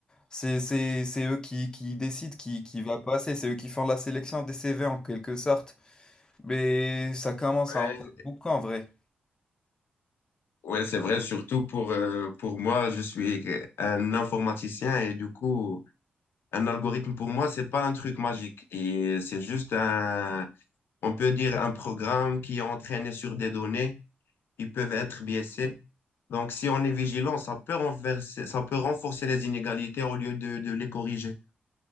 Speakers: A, on the left (about 20°); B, on the left (about 75°).
A: C'est, c'est, c'est eux qui, qui décident qui, qui va passer, c'est eux qui font la sélection des CV en quelque sorte. Mais ça commence
B: Ouais,
A: à en faire beaucoup en vrai.
B: ouais, c'est vrai, surtout pour, euh, pour moi, je suis un informaticien et du coup, Un algorithme pour moi, c'est pas un truc magique. Et c'est juste un, on peut dire un programme qui est entraîné sur des données qui peuvent être biaisées. Donc, si on est vigilant, ça peut renverser, ça peut renforcer les inégalités au lieu de, de les corriger.